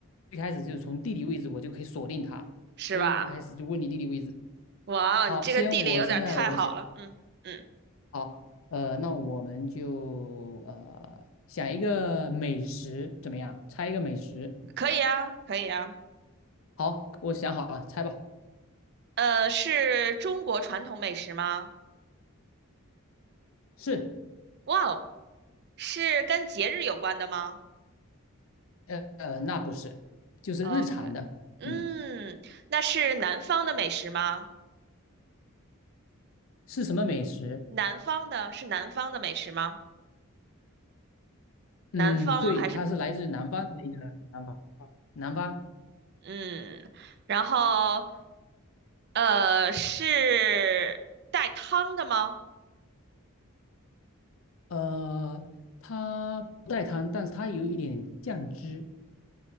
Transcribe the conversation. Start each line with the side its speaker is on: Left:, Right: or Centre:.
Left: 最开始就是从地理位置我就可以锁定他，
Right: 是吧？
Left: 所以我开始就问你地理位置。
Right: 哇哦，
Left: 好，
Right: 你这个地理有点太好了，
Left: 先我现在我想，
Right: 嗯嗯，
Left: 好，呃，那我们就呃想一个美食怎么样？猜一个美食。
Right: 可以啊可以啊，
Left: 好，我想好了，猜吧。
Right: 呃，是中国传统美食吗？
Left: 是，
Right: 哇哦，是跟节日有关的吗？
Left: 呃呃，那不是，就是日常的。
Right: OK，嗯，
Left: 嗯，
Right: 那是南方的美食吗？
Left: 是什么美食？
Right: 南方的是南方的美食吗？南方还是
Left: 嗯，对，他是来自南方的一个南方，南方，
Right: 嗯，然后呃是带汤的吗
Left: 呃，他不带汤，但是他有一点酱汁，